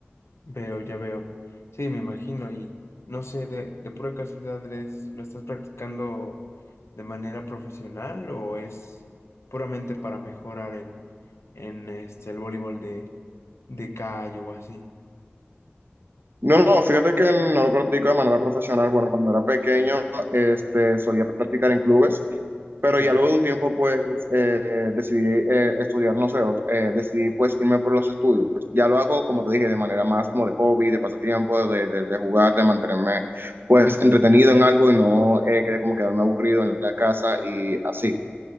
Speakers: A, on the left; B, on the right.
A: Veo, ya veo. Sí, me imagino y no sé, de, de pura casualidad, ¿eres- ¿lo estás practicando de manera profesional o es puramente para mejorar en, en este, el voleibol de, de calle o así?
B: No, no, fíjate que no lo practico de manera profesional. Bueno, cuando era pequeño, este, solía practicar en clubes, pero
A: Ya,
B: ya luego de un tiempo, pues, eh, decidí eh, estudiar, no sé, otro- eh, decidí, pues, irme por los estudios. Ya lo hago, como te dije, de manera más como de hobby, de pasatiempo, de, de, de jugar, de mantenerme, pues, entretenido en algo y no eh, que como quedarme aburrido en la casa y así.